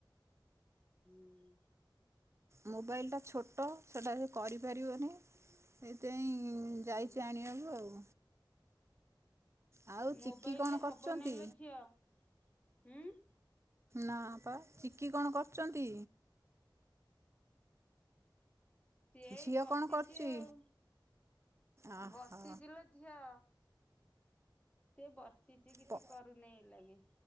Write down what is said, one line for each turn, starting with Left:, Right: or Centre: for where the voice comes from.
Left: ହୁଁ।
Right: ମୋବାଇଲ୍ ଟା ଛୋଟ ସେଟା ସେ କରିପାରିବନି, ସେଇଥିପାଇଁ
Left: ହୁଁ
Right: ଯାଇଛି ଆଣିବାକୁ ଆଉ। ଆଉ
Left: ମୋବାଇଲରେ
Right: ଚିକି କଣ କରୁଚନ୍ତି?
Left: ହବନେଇଲୋ ଝିଅ ହୁଁ
Right: ନା ତ, ଚିକି କଣ କରୁଚନ୍ତି?
Left: <inaudible> ସିଏ ଏଇ
Right: ଝିଅ
Left: ବସିଛି
Right: କଣ କରୁଛି
Left: ଆଉ,
Right: ଓହୋ
Left: ବସିଚି ଲ ଝିଅ। ସେ ବସିଛି କିଛି
Right: ପ
Left: କରୁନି ଏଇ ଲାଗି